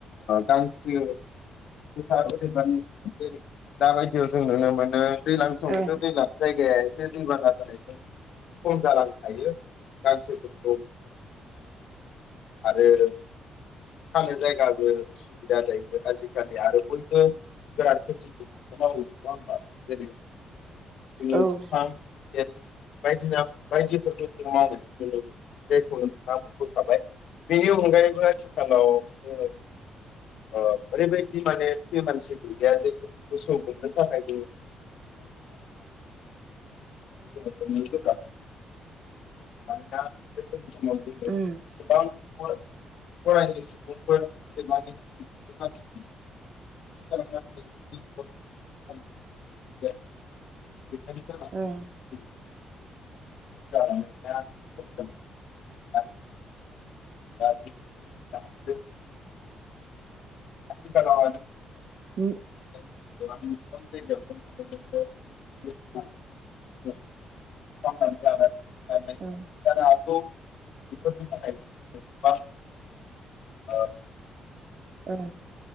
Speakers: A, on the left (about 70°); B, on the right (about 55°).
A: गांसो फोथार अदेबानि जेरै दाबायदियाव जों नुनो मोनो दैज्लां समाव
B: औ
A: <unintelligible> <unintelligible> एसे दैबाना जानायजों खम जालांनो हायो <unintelligible> <unintelligible> <unintelligible> आरो फानो जायगाबो उसुबिदा जायो आजिखालि आरो बयबो गोरान खेथि <unintelligible> नङा होमबा जेरै जों
B: औ ओं
A: जुफाम एमस बायदिना बायदिफोरखौ जों मावनो नुनो मोनो जायखौ नोंथाङा बुंबोखाबाय बेनि अनगायैबो आथिखालाव जोङो ओरैबायदि माने बेयो मोनसे बिबायारि मोसौ गुमनो थाखाय <unintelligible> <unintelligible> मानोना गोदोनि समाव
B: उम
A: जोङो गोबां <unintelligible> गैथारि जागा
B: ओं
A: बे <unintelligible> आरो <unintelligible> खाथि खालाव
B: उम
A: <unintelligible>
B: उम
A: जानो हागौ बेफोरनि थाखाय गोबबां औ
B: ओं